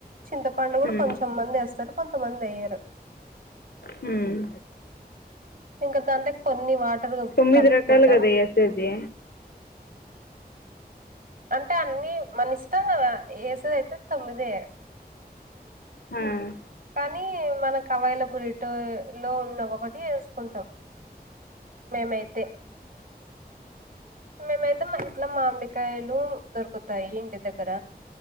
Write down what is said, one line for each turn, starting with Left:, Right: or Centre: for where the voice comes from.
Right: చింతపండు గుడా
Left: ఉమ్
Right: కొంచెంమంది ఏస్తారు, కొంతమంది ఏయ్యారు. ఏ
Left: హుమ్మ్
Right: ఇంకా దాంట్లకి కొన్ని వాటర్ కలుప్
Left: తొమ్మిది
Right: కల్పుకుంటాం.
Left: రకాలు కదా వేసేది
Right: అంటే అన్ని మన ఇష్టం గదా, ఏసేది అయితే తొమ్మిదే.
Left: ఆ
Right: కానీ మనకు అవైలబిల్ట లో ఉన్న ఒకటి ఏసుకుంటాం. మేమైతే మేమైతే మా ఇంట్ల మామిడికాయలు దొరుకుతాయి ఇంటి దగ్గర.